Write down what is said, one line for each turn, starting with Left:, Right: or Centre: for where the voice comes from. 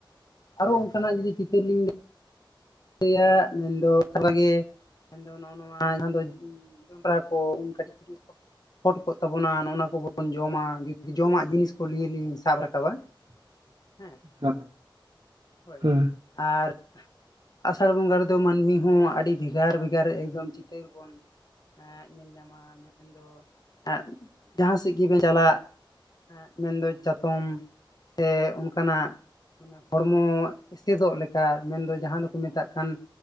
Left: ᱟᱨᱚ ᱚᱱᱠᱟᱱᱟᱜ ᱡᱩᱫᱤ ᱪᱤᱛᱟᱹᱨ ᱞᱤᱧ <unintelligible> ᱢᱮᱱ ᱫᱚ ᱚᱮ <unintelligible> ᱜᱮ ᱫᱚ ᱱᱚᱜᱼᱚ ᱱᱚᱣᱟᱹ ᱡᱟᱦᱟᱸ ᱫᱚ ᱡᱚᱱᱰᱨᱟ ᱠᱚ ᱩᱱ ᱠᱟᱹᱴᱤᱡ ᱠᱟᱹᱴᱤᱡ ᱯᱷᱚᱴ ᱠᱚᱜ ᱛᱟᱵᱚᱱᱟ ᱱᱚ ᱚᱱᱟ ᱠᱚᱵᱚᱱ ᱡᱚᱢᱟ ᱡᱩᱫ ᱡᱚᱢᱟᱜ ᱡᱤᱱᱤᱥ ᱠᱚ ᱞᱤᱭ ᱞᱤᱧ ᱥᱟᱵ ᱨᱟᱠᱟᱵᱟ
Right: <inaudible>
Left: ᱦᱮᱸ
Right: ᱦᱳᱭ
Left: ᱦᱳᱭ
Right: ᱦᱩᱸ
Left: ᱟᱨ ᱟᱥᱟᱲ ᱵᱚᱸᱜᱟ ᱨᱮᱫᱚ ᱢᱟᱹᱱᱢᱤ ᱦᱚᱸ ᱟᱹᱰᱤ ᱵᱷᱮᱜᱟᱨ ᱵᱷᱮᱜᱟᱨ ᱮᱠᱫᱚᱢ ᱪᱤᱛᱟᱹᱨ ᱵᱚᱱ ᱮᱸ ᱧᱮᱞ ᱧᱟᱢᱟ ᱢᱮᱱᱫᱚ ᱮᱸ ᱡᱟᱦᱟᱸ ᱥᱮᱫ ᱜᱮᱵᱮᱱ ᱪᱟᱞᱟᱜ ᱾ ᱢᱮᱱᱫᱚ ᱪᱟᱛᱚᱢ ᱛᱮ ᱚᱱᱠᱟ <unintelligible> ᱦᱚᱲᱢᱚ ᱮᱥᱮᱫᱚᱜ ᱞᱮᱠᱟ ᱢᱮᱱᱫᱚ ᱡᱟᱦᱟᱸ ᱫᱚᱠᱚ ᱢᱮᱛᱟᱜ ᱠᱟᱱ